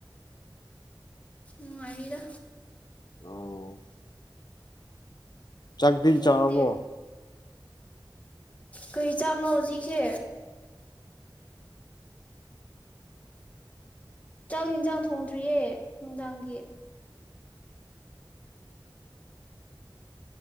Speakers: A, on the left; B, on the left.
A: ꯅꯨꯡꯉꯥꯏꯔꯤꯗ꯫
B: ꯑꯣ꯫ ꯆꯥꯛꯇꯤ ꯆꯥꯔꯕꯣ꯫
A: ꯅꯪꯗꯤ ꯀꯔꯤ ꯆꯥꯛꯅꯣ ꯍꯧꯖꯤꯛꯁꯦ꯫ ꯆꯥꯛ ꯌꯦꯟꯖꯥꯡ ꯊꯣꯡꯗ꯭ꯔꯤꯌꯦ ꯅꯨꯡꯗꯥꯡꯒꯤ꯫